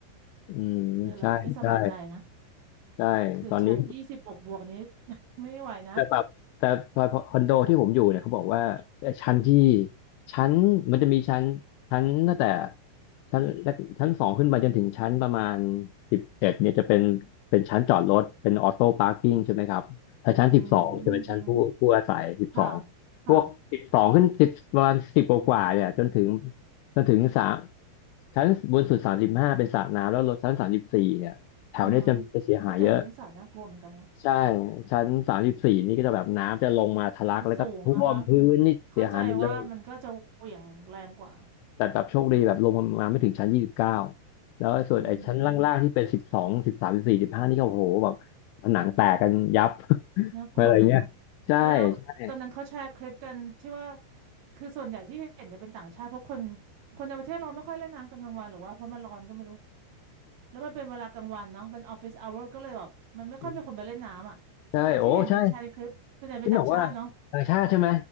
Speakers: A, on the left (about 85°); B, on the right (about 65°).
A: อืมใช่ใช่
B: เออเราก็ไม่สบายใจนะ
A: ใช่ตอนนี้
B: คือชั้นยี่สิบบวกบวกนี้ <laughs> ไม่ไหวนะ
A: แต่แบบแต่พอคอนโดที่ผมอยู่เนี่ยเขาบอกว่าเอ่อชั้นที่ชั้นมันจะมีชั้นชั้นตั้งแต่ชั้นแรกชั้นสองขึ้นไปจนถึงชั้นประมาณสิบเอ็ดเนี่ยจะเป็นเป็นชั้นจอดรถเป็นออโต้พาร์กิ้งใช่ไหมครับถ้าชั้นสิบสองจะเป็นชั้นผู้ผู้อาศัยสิบสอง
B: อืมฮึค่ะค่ะ
A: พวกสิบสองขึ้นสิบประมาณสิบกว่าๆเนี่ยจนถึงจนถึงสามชั้นบนสุดสามสิบห้าเป็นสระน้ำแล้วลงชั้นสามสิบสี่เนี่ยแถวเนี้ยจะจะเสียหายเยอะ
B: อือฮะวิจัดเรื่องสัตว์น่ากลัวเหมือนกันนะ
A: ใช่ชั้นสามสิบสี่นี่ก็จะแบบน้ำจะลงมาทะลักแล้วก็ท่วมพื้นนี่เสียหายหมดเลย
B: มันสูงอะคะมันเข้าใจว่ามันก็จะเหวี่ยงแรงกว่า
A: แต่แบบโชคดีแบบลงมาไม่ถึงชั้นยี่สิบเก้าแล้วไอ้ส่วนไอ้ชั้นล่างๆที่เป็นสิบสองสิบสามสิบสี่สิบห้านี่ก็โอ้โหแบบผนังแตกกันยับ
B: อืม
A: <laughs>
B: น่ากลัวเลยเนาะ
A: อะไรเงี้ยใช่ใช่
B: แล้วแล้วตอนนั้นเขาแชร์คลิปกันที่ว่าคือส่วนใหญ่ที่เห็นจะเป็นต่างชาติ เพราะคนคนในประเทศเราไม่ค่อยเล่นน้ำกลางวันหรอว่าเพราะมันร้อนก็ไม่รู้แล้วมันเป็นเวลากลางวันเนาะเป็นออฟฟิศอเวอร์ก็เลยแบบมันไม่ค่อยมีคนไปเล่นน้ำอ่ะ
A: <laughs> ใช่โอ้ใช่
B: ที่เห็นในแชร์ในคลิปส่วนใหญ่เป็นต่างชาติเนาะ
A: ที่บอกว่าต่างชาติใช่ไหม